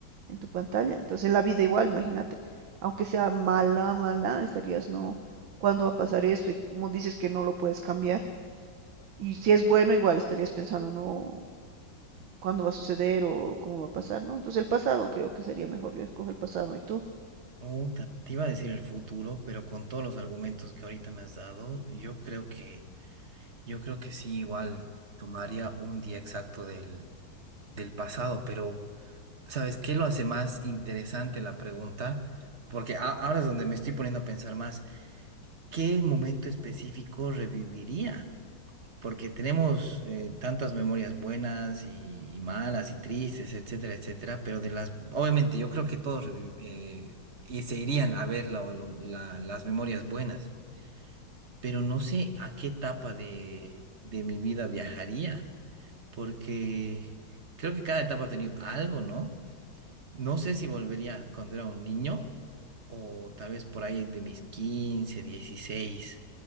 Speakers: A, on the right; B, on the right.
A: en tu pantalla. Entonces, en la vida igual, imagínate, aunque sea mala, mala, estarías, no, ¿cuándo va a pasar esto? Y como dices que no lo puedes cambiar. Y si es bueno, igual estarías pensando, no, cuándo va a suceder o cómo va a pasar, ¿no? Entonces el pasado creo que sería mejor, yo escojo el pasado y tú.
B: Oh, te, te iba a decir el futuro, pero con todos los argumentos que ahorita me has dado, yo creo que, yo creo que sí, igual tomaría un día exacto del, del pasado, pero ¿sabes qué lo hace más interesante la pregunta? Porque a- ahora es donde me estoy poniendo a pensar más. ¿qué momento específico reviviría? Porque tenemos eh, tantas memorias buenas y, y malas y tristes, etcétera, etcétera, pero de las, obviamente yo creo que todos revi- eh, y se irían a ver la- lo- la- las memorias buenas, pero no sé a qué etapa de, de mi vida viajaría, porque creo que cada etapa ha tenido algo, ¿no? No sé si volvería cuando era un niño o tal vez por ahí de mis 15, 16.